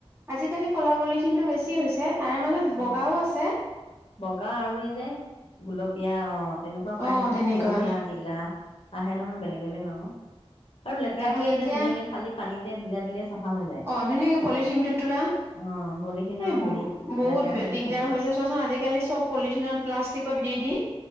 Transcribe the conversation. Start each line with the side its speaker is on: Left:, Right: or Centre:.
Right: আজিকালি ক'লা পলিথিনটো বেছি হৈছে। তাৰে মাজত বগাও
Left: অ'
Right: আছে।
Left: বগা আৰু এই যে, গুলপীয়া অ' তেনেকুৱাও পায়
Right: অ',
Left: নহয়,
Right: তেনেকুৱা
Left: হালধীয়া, নীলা আহে নহয় বেলেগ লেগ আকৌ আৰু লেতেৰা
Right: তাকে
Left: হ'লে
Right: এতিয়া
Left: যে ধুনীয়াকে খালি পানী ভিজা দিলে চাফা হৈ যায়।
Right: অ' ধুনীয়াকে পলিথিন টুটোৰা,
Left: অ', পলিথিন
Right: এ
Left: আৰু হেৰি
Right: বহুত
Left: লেতেৰা হৈ
Right: দিগদাৰ
Left: নাথাকে যে
Right: হৈছে চোৱাচোন, আজিকালি চব পলিথিনত, প্লাষ্টিকত দিদি